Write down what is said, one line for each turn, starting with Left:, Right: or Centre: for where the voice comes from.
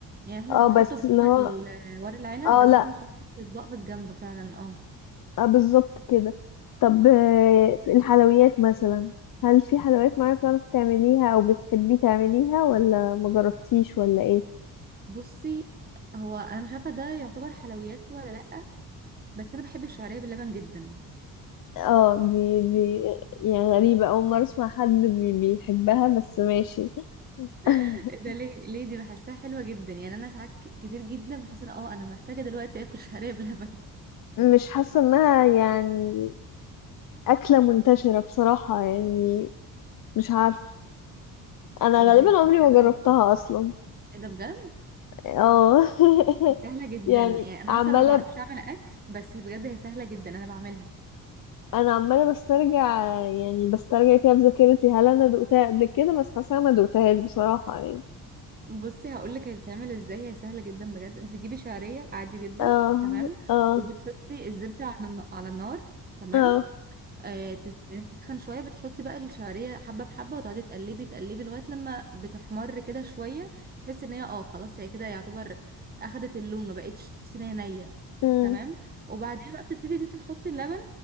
Right: يعني احنا
Left: اه
Right: مش بنحطه
Left: بس
Right: جوه
Left: اللي هو
Right: ال- ورق العنب
Left: اه
Right: بس
Left: لا
Right: احنا بنحطه في اطباق في الجنب فعلا اه
Left: آه بالظبط كده طب آه، في الحلويات مثلا هل في حلويات معينة بتعرفي تعمليها او بتحبي تعمليها ولا ما جربتيش ولا ايه
Right: بصي هو انا مش عارفه ده يعتبر حلويات ولا لا بس انا بحب الشعريه باللبن جدا
Left: اه دي دي يعني غريبة اول مرة اسمع حد بي- بيحبها بس ماشي <laughs>
Right: <laughs> إيه ده ليه ليه دي بحسها حلوه جدا يعني انا ساعات ك- كتير جدا بحس ان اه انا محتاجه دلوقتي اكل شعريه بلبن
Left: مش حاسة انها يعني أكلة منتشرة بصراحة يعني مش عارفة انا
Right: <laughs>
Left: غالبا
Right: دي
Left: عمري
Right: بجد
Left: ما
Right: تحفه
Left: جربتها اصلا
Right: ايه ده بجد
Left: اه <laughs>
Right: دي سهله جدا
Left: يعني
Right: يعني انا
Left: عماله
Right: اصلا ما بعرفش اعمل اكل بس بجد هي سهله جدا انا بعملها
Left: انا عماله بسترجع يعني بسترجع كده في ذاكرتي هل انا دقتها قبل كده بس حاسه ما دقتهاش بصراحه يعني
Right: بصي هقولك هي بتتعمل ازاي هي سهله جدا بجد انت بتجيبي شعريه عادي جدا
Left: اه
Right: تمام
Left: اه
Right: وبتحطي الزبده على الن- على النار تمام
Left: اه
Right: آه تس- يعني تسخن شويه بتحطي بقى الشعريه حبه بحبه وتقعدي تقلبي تقلبي لغايه لما بتحمر كده شويه تحسي ان هي اه خلاص هي كده يعتبر اخدت اللون ما بقتش تحسي ان هي نيه
Left: امم
Right: تمام وبعدين بقى بتبتدي ان انت تحطي اللبن